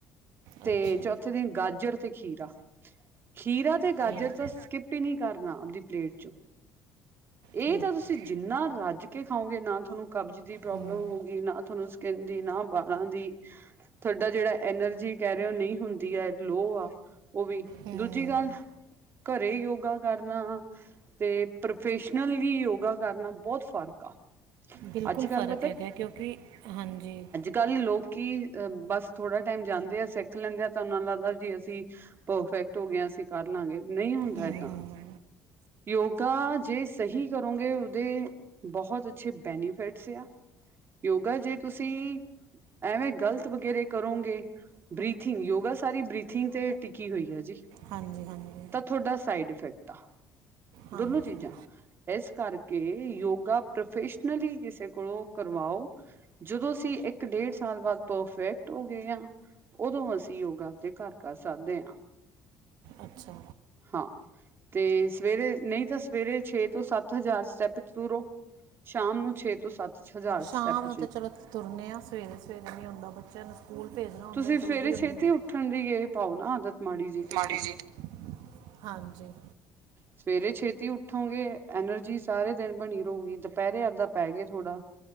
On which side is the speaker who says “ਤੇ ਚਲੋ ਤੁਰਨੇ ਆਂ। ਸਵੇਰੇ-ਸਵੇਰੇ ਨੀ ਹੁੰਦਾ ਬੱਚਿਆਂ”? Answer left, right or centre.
Right